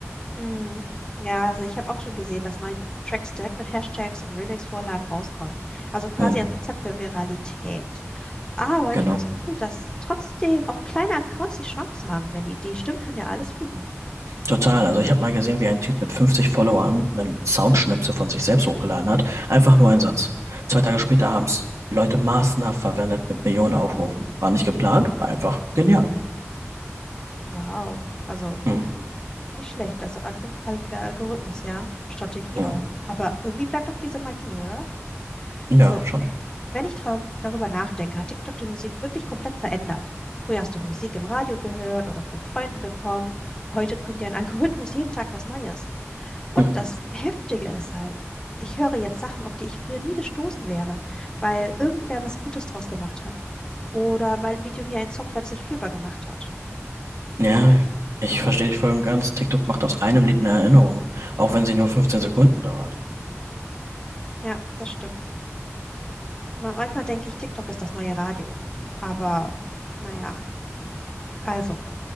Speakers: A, on the left; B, on the right.
A: Mm. Ja, also ich habe auch schon gesehen, dass neue Tracks direkt mit Hashtags und Remix-Vorlagen rauskommen. Also quasi
B: Hm,
A: ein Rezept für Viralität. Aber
B: genau.
A: ich finde es cool, dass trotzdem auch kleine Accounts die Chance haben. Wenn die Idee stimmt, kann ja alles fliegen.
B: Total. Also ich habe mal gesehen, wie ein Typ mit 50 Followern einen Soundschnipsel von sich selbst hochgeladen hat. Einfach nur ein Satz. Zwei Tage später haben es Leute massenhaft verwendet mit Millionen Aufrufen. War nicht geplant, war einfach
A: Mm.
B: genial.
A: Wow. Also
B: Hm.
A: nicht schlecht. Also Algo- Al- der Algorithmus, ja. Strategie
B: Hm.
A: auch. Aber irgendwie bleibt doch diese Magie, oder?
B: Ja,
A: Also
B: schon.
A: Wenn ich trau- darüber nachdenke, hat TikTok die Musik wirklich komplett verändert. Früher hast du Musik im Radio gehört oder von Freunden bekommen. Heute bringt dir ein <laughs> Algorithmus jeden Tag was Neues. Und
B: Hm.
A: das Heftige ist halt, ich höre jetzt Sachen, auf die ich früher nie gestoßen wäre, weil irgendwer was Gutes draus gemacht hat. Oder weil ein Video mir einen Song plötzlich fühlbar gemacht hat.
B: Ja, ich verstehe dich voll und ganz. TikTok macht aus einem Lied eine Erinnerung, auch wenn sie nur 15
A: Hm,
B: Sekunden dauert.
A: ja, das stimmt. Ma- Manchmal denke ich, TikTok ist das neue Radio. Aber naja, also,